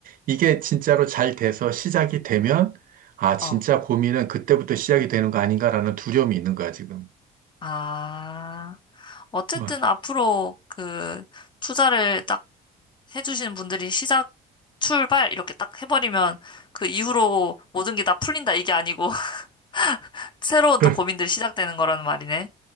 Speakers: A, on the right; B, on the left.
A: 이게 진짜로 잘 돼서 시작이 되면 아 진짜
B: 어,
A: 고민은 그때부터 시작이 되는 거 아닌가라는 두려움이 있는 거야 지금.
B: 아. 어쨌든
A: 와.
B: 앞으로 그 투자를 딱 해주시는 분들이 시작, 출발 이렇게 딱 해버리면 그 이후로 모든 게 다 풀린다 이게 아니고 <laughs> 새로운
A: <laughs>
B: 또 고민들이 시작되는 거라는 말이네.